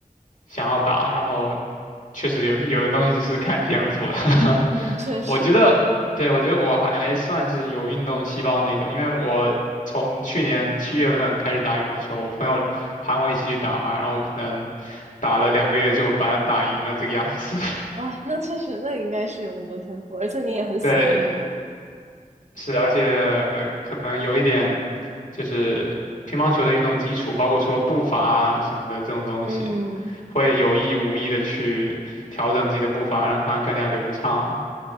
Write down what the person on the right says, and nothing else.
嗯，确实
啊，那确实，那应该是有运动天赋，而且你也很喜欢运动。
嗯